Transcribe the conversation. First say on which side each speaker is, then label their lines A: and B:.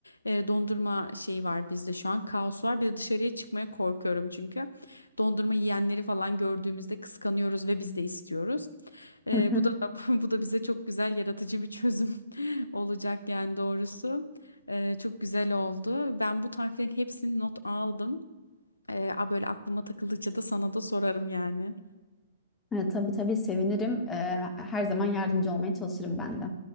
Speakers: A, on the left; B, on the left.
A: e, dondurma şeyi var bizde şu an. Kaos var. Bir de dışarıya çıkmaya korkuyorum çünkü. Dondurma yiyenleri falan gördüğümüzde kıskanıyoruz ve biz de istiyoruz. Ee,
B: Hı hı.
A: bu da <laughs> bu da bize çok güzel yaratıcı bir çözüm <laughs> olacak yani doğrusu. Ee, çok güzel oldu. Ben bu tariflerin hepsini not aldım. Ee, a böyle aklıma takıldıkça da sana da sorarım yani.
B: E, tabii tabii sevinirim. E, her zaman yardımcı olmaya çalışırım ben de.